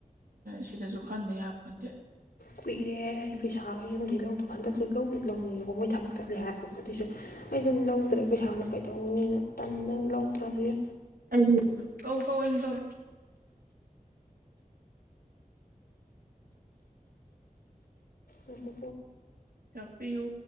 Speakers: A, on the right; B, on the left.
A: ꯁꯤꯗꯁꯨ ꯈꯟꯗ ꯌꯥꯄ ꯅꯠꯇꯦ꯫
B: ꯀꯨꯏꯔꯦ ꯑꯩ ꯄꯩꯁꯥꯒ ꯌꯨꯝꯗꯒꯤꯩ ꯂꯧꯗꯣ ꯍꯟꯗꯛꯁꯨ ꯂꯧ ꯂꯧꯅꯤꯡꯉꯦꯕꯣ ꯃꯣꯏ ꯊꯕꯛ ꯆꯠꯂꯦ ꯍꯥꯏꯔꯕꯀꯣ ꯑꯗꯨꯏꯁꯨ ꯑꯩ ꯑꯗꯨꯝ ꯂꯧꯗ꯭ꯔꯦ ꯄꯩꯁꯥꯗꯣ ꯀꯩꯗꯧꯅꯦꯅ ꯇꯟꯅ ꯑꯗꯨ ꯂꯧꯗ꯭ꯔꯕꯅꯦ꯫
A: ꯑꯩ ꯀꯧ ꯀꯧ ꯏ ꯇꯧ
B: ꯎꯨꯀ
A: ꯇꯄꯤꯌꯨ